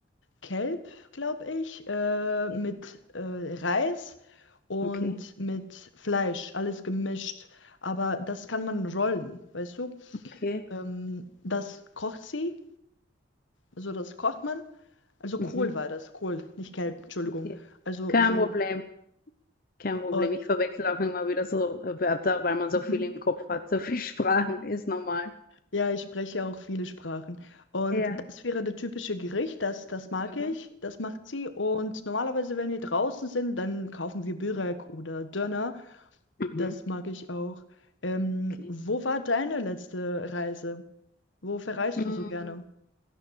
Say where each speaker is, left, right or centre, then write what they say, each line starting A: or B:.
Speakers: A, on the left; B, on the left.
A: Kelp, glaube ich, äh,
B: Okay.
A: mit äh, Reis und
B: Okay.
A: mit Fleisch, alles gemischt. Aber das kann man rollen, weißt du?
B: Okay.
A: Ähm, das kocht sie, also das kocht man. Also Kohl
B: Mhm.
A: war das, Kohl, nicht Kelp, Entschuldigung.
B: Okay.
A: Also
B: Kein
A: so,
B: Problem, kein Problem.
A: äh,
B: Ich verwechsel auch immer wieder so äh, Wörter, weil man so
A: <laughs>
B: viel im Kopf hat, so viele <laughs> Sprachen, ist normal.
A: ja, ich spreche auch viele Sprachen. Und
B: Ja.
A: das wäre das typische Gericht, das, das mag
B: Mhm.
A: ich, das macht sie. Und normalerweise, wenn wir draußen sind, dann kaufen wir Börek oder Döner,
B: Mhm.
A: das mag ich auch. Ähm,
B: Okay.
A: wo war deine letzte Reise? Wo verreist
B: Mm,
A: du so gerne?